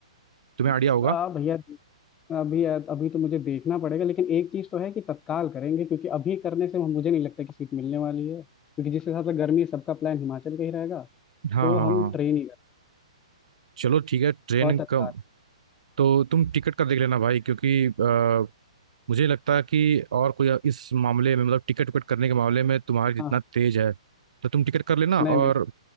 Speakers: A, on the right; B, on the left.
A: तुम्हें
B: को
A: आइडिया होगा
B: आ भैया अभी अभी तो मुझे देखना पड़ेगा लेकिन एक चीज तो है कि तत्काल करेंगे क्योंकि अभी करने से मुझे नहीं लगता कि सीट मिलने वाली है क्योंकि जिस हिसाब से गर्मी है सबका प्लान हिमाचल का ही रहेगा
A: हाँ
B: तो
A: हाँ
B: हम
A: हाँ।
B: ट्रेन ही करें
A: चलो ठीक है ट्रेन
B: और तत्काल
A: का तो तुम टिकट का देख लेना भाई क्योंकि अ, मुझे लगता है कि और कोई इस मामले में मतलब टिकट विकट करने के मामले में तुम्हारे जितना
B: हाँ हाँ
A: तेज है तो तुम टिकट कर लेना
B: नहीं
A: और
B: नहीं